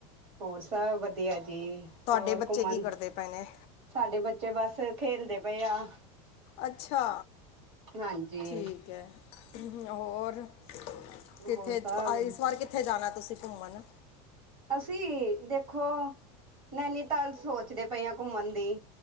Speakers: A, on the right; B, on the left.
A: ਹੋਰ ਸਭ ਵਧੀਆ ਜੀ
B: ਤੁਹਾਡੇ
A: ਹੋਰ
B: ਬੱਚੇ
A: ਘੁੰਮਣ
B: ਕੀ ਕਰਦੇ ਪਏ ਨੇ
A: ਸਾਡੇ ਬੱਚੇ ਬਸ ਖੇਲਦੇ ਪਿਆ।
B: ਅੱਛਾ
A: ਹਾਂਜੀ
B: ਠੀਕ ਹੈ। <unintelligible> ਕਿੱਥੇ
A: ਹੋਰ ਸਭ
B: ਇਸ ਵਾਰ ਕਿੱਥੇ ਜਾਣਾ ਤੁਸੀਂ ਘੁੰਮਣ ਨਾ
A: ਅਸੀਂ ਦੇਖੋ ਨੈਣੀਤਾਲ ਸੋਚਦੇ ਪਏ ਹਾਂ ਘੁੰਮਣ ਦੀ